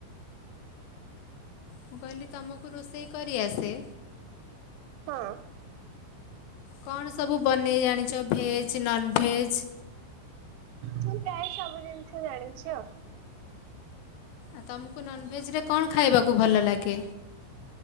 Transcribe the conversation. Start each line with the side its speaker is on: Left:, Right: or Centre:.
Left: ମୁଁ କହିଲି ତମକୁ ରୋଷେଇ କରି ଆସେ
Right: ହଁ
Left: କଣ ସବୁ ବନେଇ ଜାଣିଛ ଭେଜ୍ ନନଭେଜ୍
Right: ମୁଁ ପ୍ରାୟ ସବୁ ଜିନିଷ ଜାଣିଛି ଆଉ
Left: ଆଉ ତମକୁ ନନଭେଜ ରେ କଣ ଖାଇବାକୁ ଭଲ ଲାଗେ